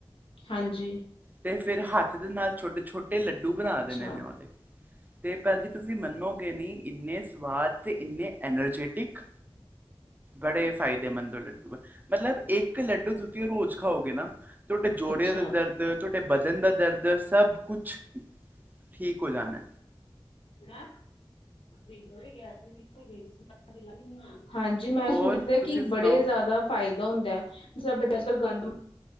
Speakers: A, on the left; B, on the right.
A: ਹਾਂਜੀ
B: ਤੇ ਫੇਰ ਹੱਥ ਦੇ ਨਾਲ ਛੋਟੇ-ਛੋਟੇ ਲੱਡੂ ਬਨਾ
A: ਅੱਛਾ
B: ਦੇਨੇ ਨੇੇ ਓਦੇ। ਤੇ ਭੈਨ ਜੀ ਤੁਸੀਂ ਮੰਨੋਗੇ ਨੀ ਏਨੇ ਸਵਾਦ ਤੇ ਏਨੇ ਐਨਰਜੈਟਿਕ ਬੜੇ ਫਾਇਦੇਮੰਦ ਓ ਲੱਡੂ ਆ, ਮਤਲਬ ਇੱਕ ਲੱਡੂ ਤੁ ਰੋਜ਼ ਖਾਓਗੇ ਨਾ ਤੁਆਡੇ ਜੋੜੇਆਂ
A: ਅੱਛਾ
B: ਦਾ ਦਰਦ ਤੁਆਡੇ ਬਦਨ ਦਾ ਦਰਦ ਸਬ ਕੁਛ ਠੀਕ ਹੋ ਜਾਨਾ।
A: ਨਾ ਇਕੋ ਈ ਗਿਆ ਸੀ ਇਕੋ ਈ ਗਈ ਸੀ <unintelligible> ਲਾਈ ਨੀ ਹੋਈ ਹਾਂਜੀ ਮੈਂ
B: ਔਰ
A: ਸੁਨੇਆ ਦਾ
B: ਤੁਸੀਂ
A: ਕੀ
B: ਸੁਣਾਓ
A: ਬੜੇ ਜਾਦਾ ਫਾਇਦਾ ਹੁੰਦਾ ਸਬ ਦਰਅਸਲ ਗੰਦ